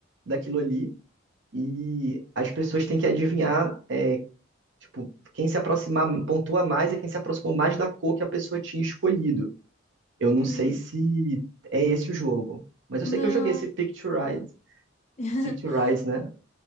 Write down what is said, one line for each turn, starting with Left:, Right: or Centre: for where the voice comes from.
Right: daquilo ali, e as pessoas têm que adivinhar, é, tipo, quem se aproximar, pontua mais é quem se aproximou mais da cor que a pessoa tinha escolhido. Eu não
Left: hum.
Right: sei se é esse o jogo, mas eu
Left: Não.
Right: sei que eu joguei esse Picture Ride,
Left: <laughs>
Right: Picture Rides, né?